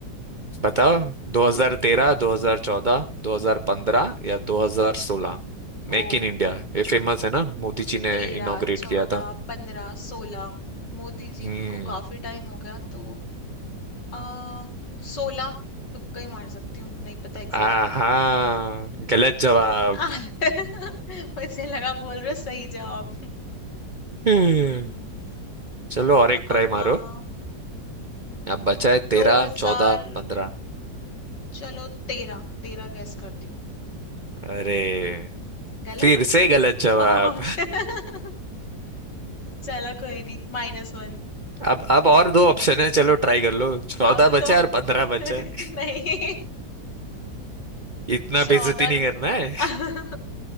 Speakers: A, on the right; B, on the left.
A: बताओ 2013 2014 2015 या 2016
B: ओ
A: मेक इन इंडिया ये फेमस है ना मोदी जी ने
B: तेरह
A: इनॉग्रेट
B: चौदह
A: किया था
B: पंद्रह सोलह मोदी जी
A: हम्म
B: को काफी टाइम हो गया तो आ सोलह तुक्का ही मार सकती हूँ नहीं पता एग्जैक्ट
A: आहा गलत जवाब
B: <laughs> मुझे लगा बोल रहे हो सही जवाब हम्म,
A: हम्म, चलो और
B: आ,
A: एक ट्राई
B: आ,
A: मारो
B: आ, हम्म,
A: अब बचा है
B: 2000
A: 13 14 पंद्रह
B: चलो तेरह तेरह गैस करती हूँ
A: अरे
B: गलत
A: फिर से गलत जवाब
B: और <laughs> चलो कोई नहीं माइनस वन
A: अब अब और दो ऑप्शन है चलो ट्राई कर लो चौदह
B: अब
A: बचा
B: तो <laughs>
A: है और पंद्रह
B: नहीं
A: बचा है इतना
B: चौदह
A: बेइज्जती
B: और
A: नहीं करना है
B: <laughs>